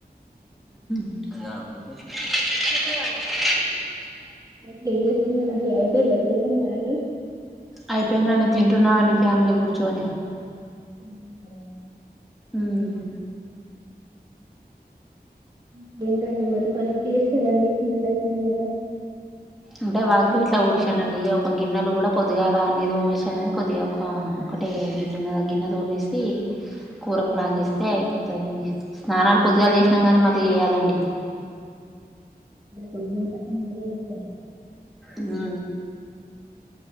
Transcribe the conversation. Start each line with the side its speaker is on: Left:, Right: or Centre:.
Centre: <inaudible>
Right: అయితే ఏం చేస్తున్నరండి అయిపోయిందా చేయడం మాగీ
Centre: అయిపోయిందని తింటున్నా అండి ఫ్యామిలీ గుడ్ చోని
Right: తింటున్నారా
Centre: మ్మ్
Right: మ్మ్ ఏంటండి మరి పని ఎప్పుడు చేస్తారండి చీకట అయితుంది కదా
Centre: అంటే వాకిలు గిట్లా ఊడిశానండి ఇగ ఒక గిన్నెలు కూడా పొద్దుగాల అన్ని తోమెషిన కాని కొద్దిగా ఒక ఒకటే గిన్నె ఉన్నది ఆ గిన్నె తోమేసి కూర ప్లాన్ చేస్తే అయిపోతందండి స్నానాలు పొదుగాలు చేషినం కానీ మళ్ళీ చేయాలండి
Right: కొంద <unintelligible> మీరేం చేస్తారు
Centre: అ